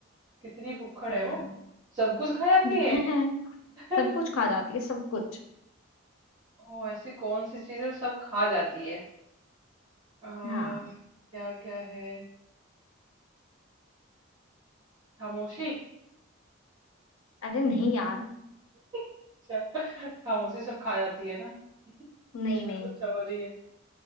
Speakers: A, on the right; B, on the left.
A: कितनी भुक्खड़
B: हम्म
A: है वो सब कुछ खा जाती
B: <laughs>
A: है <laughs>
B: सब कुछ खा जाती है सब कुछ
A: ओ ऐसी कौन सी चीजें सब खा जाती है आ,
B: हाँ
A: क्या क्या है खामोशी
B: अरे नहीं यार
A: अच्छा, <laughs> खामोशी सब खा जाती है ना
B: नहीं
A: चलो
B: नहीं
A: अच्छा हो रही है